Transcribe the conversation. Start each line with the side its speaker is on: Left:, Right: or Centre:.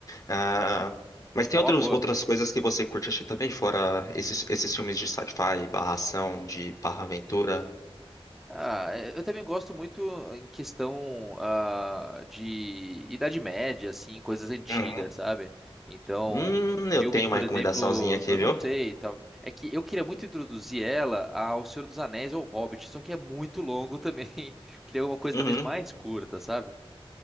Left: Ah, mas tem
Centre: É
Left: outros,
Centre: uma boa.
Left: outras coisas que você curte assistir também, fora esses, esses filmes de sci-fi, barra ação, de barra aventura?
Centre: Ah, é, eu também gosto muito em questão ah, de Idade Média, assim, coisas antigas,
Left: Uhum.
Centre: sabe? Então,
Left: Hum,
Centre: filmes,
Left: eu tenho uma
Centre: por
Left: recomendaçãozinha
Centre: exemplo,
Left: aqui,
Centre: eu
Left: viu?
Centre: não sei, tal- é que eu queria muito introduzir ela ao Senhor dos Anéis ou Hobbit, só que é muito longo também. <laughs> Queria uma coisa
Left: Uhum.
Centre: talvez mais curta, sabe?